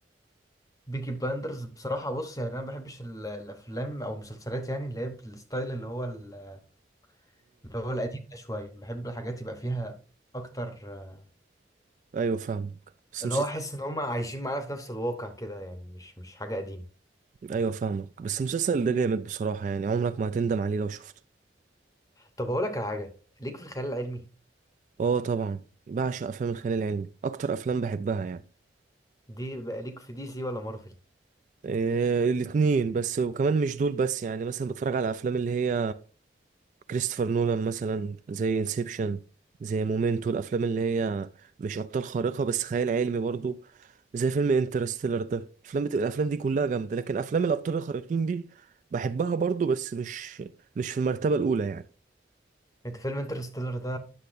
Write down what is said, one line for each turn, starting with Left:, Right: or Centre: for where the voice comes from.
Left: بيكي بلاندرز بصراحه بص يعني انا ما بحبش ال- الافلام او المسلسلات يعني اللي هي بالستايل اللي هو ال- اللي هو القديم ده شويه بحب الحاجات يبقى فيها اكتر آه،
Right: ايوه فاهمك بس
Left: اللي
Right: مسلسل
Left: هو احس ان هم عايشين معانا في نفس الواقع كده يعني مش مش حاجه قديمه
Right: ايوه فاهمك بس المسلسل ده جامد بصراحه يعني عمرك ما هتندم عليه لو شفته
Left: طب هقول لك على حاجه ليك في الخيال العلمي
Right: اه طبعا بعشق افلام الخيال العلمي اكتر افلام بحبها يعني
Left: دي بقى ليك في دي سي ولا مارفل
Right: إيه الاتنين بس وكمان مش دول بس يعني مثلا بتفرج على افلام اللي هي كريستوفر نولان مثلا زي انسبشن زي مومنتو الافلام اللي هي مش ابطال خارقه بس خيال علمي برضو زي فيلم انترستيلر ده الافلام بتبقى الافلام دي كلها جامده لكن افلام الابطال الخارقين دي بحبها برضو بس مش مش في المرتبه الاولى يعني
Left: انت فيلم انترستيلر ده